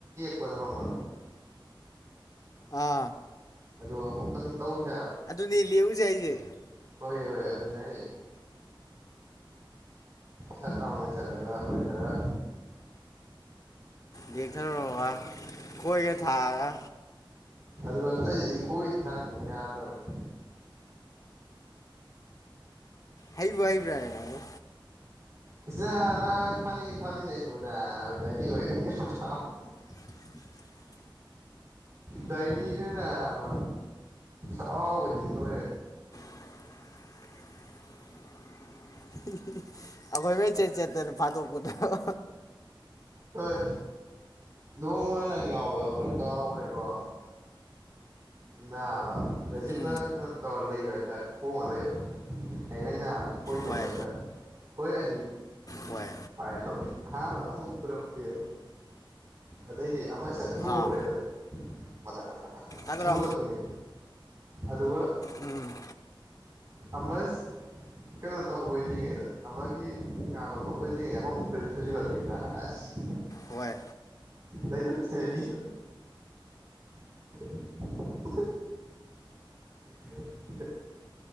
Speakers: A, on the right (about 40°); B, on the left (about 40°).
A: ꯄꯗꯣ ꯍꯪ
B: ꯑꯥ
A: ꯑꯗꯨ ꯑꯃꯨꯛꯇꯪ ꯇꯧꯁꯦ
B: ꯑꯗꯨꯅꯤ ꯂꯦꯛꯎꯁꯦ ꯑꯩꯁꯦ
A: ꯍꯥꯏꯕꯔꯥ ꯗꯨꯅꯦ ꯍꯥꯏꯁꯦ ꯁꯠ ꯌꯥꯉꯣꯏ ꯆꯠꯂꯗ ꯈꯣꯏ ꯈꯔꯥ
B: ꯂꯦꯛꯊꯔꯨꯔꯕ ꯈꯣꯏꯒꯥ ꯊꯗꯅ
A: ꯑꯗꯨ ꯑꯇꯩꯗꯤ ꯈꯣꯏ ꯊꯥꯅꯤꯡꯃꯟ ꯌꯥꯗꯕꯅꯤ
B: ꯍꯩꯕꯨ ꯍꯩꯕ꯭ꯔꯥꯅꯦ ꯅꯡꯕꯨ
A: ꯏꯁ <unintelligible>
B: <inaudible>
A: ꯗꯏꯅꯤꯅꯥ ꯅꯥꯕ ꯁꯥꯎꯕꯁꯤꯗꯤ ꯂꯣꯏꯔꯦ
B: <unintelligible> ꯑꯈꯣꯏꯃꯩ ꯆꯦꯟ ꯆꯦꯟꯇꯅ ꯐꯥꯠꯇꯣꯛꯄꯗꯕ
A: ꯍꯣꯏ ꯅꯣꯡꯃ ꯅꯪ ꯌꯥꯎꯕ ꯌꯥꯎꯗ꯭ꯔ ꯀꯥꯎꯈ꯭ꯔꯦꯀꯣ ꯅꯥꯕ ꯔꯖꯤꯞꯅ
B: ꯎꯝ
A: ꯇꯧꯔ ꯂꯩꯕ ꯍꯥꯏꯇꯥꯔꯦ ꯊꯣꯡꯉ ꯂꯩꯕ ꯑꯩꯅ ꯉꯥꯁꯨ ꯈꯣꯏ ꯆꯣꯞꯄ
B: ꯍꯣꯏ
A: ꯍꯥꯏꯇꯥꯔꯦ ꯍꯣꯏ ꯑꯅꯤ
B: ꯍꯣꯏ
A: ꯑꯍꯥꯟꯕꯗꯥ ꯑꯝꯇ ꯊꯨꯔꯝꯗꯦꯕꯥ ꯑꯗꯩꯗꯤ ꯑꯃ ꯁꯠ ꯊꯨꯍꯧꯔꯦ
B: ꯑꯥ
A: ꯑꯗꯩ ꯃꯊꯪ ꯃꯊꯪ
B: ꯑꯗꯨꯔꯣ
A: ꯊꯨꯒꯠꯂꯛꯄꯅꯦ ꯑꯗꯨꯒ
B: ꯎꯝ
A: ꯑꯃꯁ ꯀꯩꯅꯣ ꯇꯧꯔꯣꯏꯗ꯭ꯔꯤꯉꯩꯗ ꯑꯃꯒꯤ ꯉꯥ ꯂꯧꯊꯣꯛꯄ <unintelligible> ꯑꯃꯃꯨꯛ ꯊꯣꯏꯖꯤꯜꯂꯛ ꯊꯨꯖꯤꯜꯂꯛꯄꯅꯤꯅ ꯑꯁ
B: ꯍꯣꯏ
A: <unintelligible> <inaudible> <inaudible>